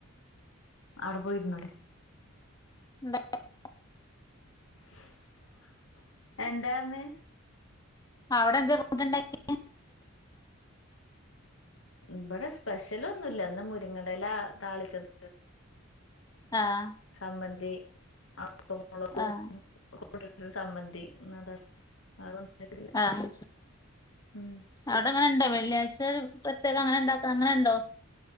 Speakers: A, on the left (about 65°); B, on the left (about 20°).
A: അവിടെ പോയിരുന്നോളി.
B: <unintelligible>
A: <inaudible> എന്താ ആന്ന്.
B: അവിടെ എന്തേ ഫുഡ് ഉണ്ടാക്കിയെ?
A: ഇവിടെ സ്പെഷ്യലൊന്നുല്ല ഇന്ന് മുരിങ്ങേടെ ഇല താളിച്ചത്.
B: ആഹ്.
A: ചമ്മന്തി <unintelligible> മുളകും.
B: ആഹ്
A: <unintelligible> സമ്മന്തി ഇന്ന് അതാ സ് വെറൊന്നു ഇല്ല
B: ആഹ്
A: ഉം.
B: അവിടെ അങ്ങനെയുണ്ടോ വെള്ളിയാഴ്ച പ്രത്യേക അങ്ങനെയുണ്ടാക്ക അങ്ങനെയുണ്ടോ?